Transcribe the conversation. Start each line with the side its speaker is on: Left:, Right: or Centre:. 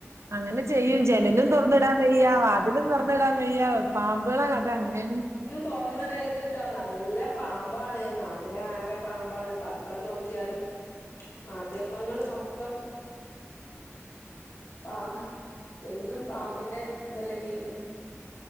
Right: അങ്ങനെ ചെയ്യും ജെനലും തൊർന്ന്ടാൻ വയ്യ വാതിലും തൊർന്ന്ടാൻ വയ്യ. പാമ്പ്കളെ കഥ അങ്ങനിം
Left: തൊർന്ന്ഇടരുത്ട്ടോ നല്ല പാമ്പാണ് നാട്ടിലാകെ പാമ്പാണ് പത്രം നോക്കിയാലും മാധ്യമങ്ങള് മൊത്തം പാമ്പ് എന്നും പാമ്പിന്റെ ഇതല്ലേ കേക്ക്ണ്